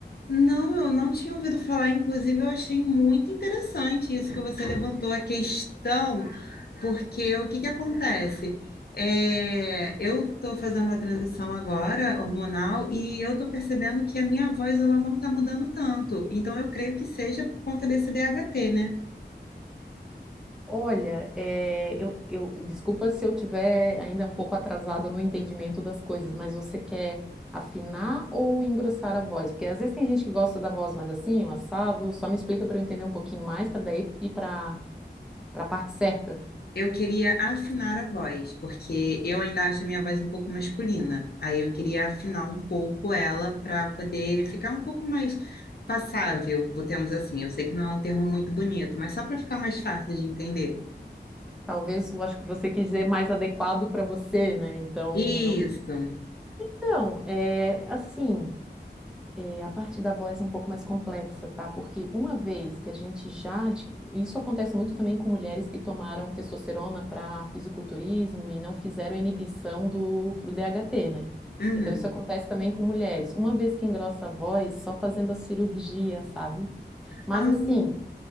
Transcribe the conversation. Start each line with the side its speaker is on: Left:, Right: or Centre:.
Left: Não, eu não tinha ouvido falar. Inclusive, eu achei muito interessante isso que você levantou a questão, porque o que que acontece? É, eu estou fazendo a transição agora hormonal e eu estou percebendo que a minha voz ela não está mudando tanto. Então, eu creio que seja por conta desse DHT, né?
Centre: Olha, é, eu, eu- desculpa se eu tiver ainda um pouco atrasada no entendimento das coisas, mas você quer afinar ou engrossar a voz? Porque às vezes tem gente que gosta da voz mais assim, o assado. Só me explica para eu entender um pouquinho mais, para daí ir para para a parte certa.
Left: Eu queria afinar a voz, porque eu ainda acho a minha voz um pouco masculina. Aí eu queria afinar um pouco ela para poder ficar um pouco mais passável, botemos assim. Eu sei que não é um termo muito bonito, mas só para ficar mais fácil de entender.
Centre: Talvez eu acho que você quis dizer mais adequado para você, né? Então,
Left: Isso.
Centre: não. Então, é assim. É, a parte da voz é um pouco mais complexa, tá? Porque uma vez que a gente já. adqui- Isso acontece muito também com mulheres que tomaram testosterona para fisiculturismo e não fizeram a inibição do pro DHT, né?
Left: Uhum.
Centre: Então isso acontece também com mulheres. Uma vez que engrossa a voz, só fazendo a cirurgia, sabe? Mas
Left: Ah,
Centre: assim,